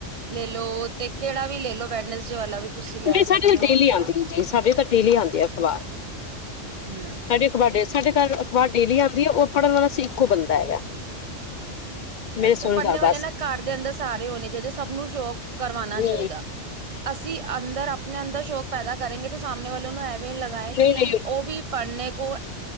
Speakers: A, on the right (about 35°); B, on the left (about 60°).
A: ਲੈ ਲੋ ਤੇ ਕਿਹੜਾ ਵੀ ਲੈ ਲੋ ਬੈਡਨ ਜ ਵਾਲਾ ਵੀ, ਤੁਸੀਂ ਲੈ
B: ਨੀ ਸਾਡੇ
A: ਸਕਦੇ
B: ਤਾਂ
A: ਹੋ
B: ਡੇਲੀ
A: ਤੇ
B: ਆਉਂਦੀ ਆ ਜੀ ਸਾਡੇ ਤਾਂ ਡੇਲੀ ਆਉਂਦੇ ਆ ਅਖ਼ਬਾਰ।
A: ਹੂੰ।
B: ਸਾਡੇ ਅਖ਼ਬਾਰ ਡੇ ਸਾਡੇ ਘਰ ਅਖ਼ਬਾਰ ਡੇਲੀ ਆਉਂਦੀ ਹੈ ਉਹ ਪੜ੍ਹਨ ਵਾਲਾ ਇੱਕੋ ਬੰਦਾ ਹੈਗਾ। ਮੇਰੇ
A: ਅੱਛਾ,
B: ਸੋਹਰੇ
A: ਪੜ੍ਹਨੇ
B: ਸਾਹਿਬ
A: ਵਾਲੇ
B: ਬਸ
A: ਨਾ ਘਰ ਦੇ ਅੰਦਰ ਸਾਰੇ ਹੋਣੇ ਚਾਹੀਦੇ ਸਭ ਨੂੰ ਸ਼ੌਕ ਕਰਵਾਉਣਾ
B: ਹੂੰ
A: ਚਾਹੀਦਾ, ਅਸੀਂ ਅੰਦਰ ਆਪਣੇ ਅੰਦਰ ਸ਼ੌਕ ਪੈਦਾ ਕਰੇਗੇ ਤੇ, ਸਾਹਣੇ ਵਾਲੋਂ ਨੂੰ ਇਹ ਲਗਾਏ
B: ਨਹੀਂ
A: ਕਿ
B: ਨਹੀਂ
A: ਉਹ ਵੀ ਪੜ੍ਹਨੇ ਕੋ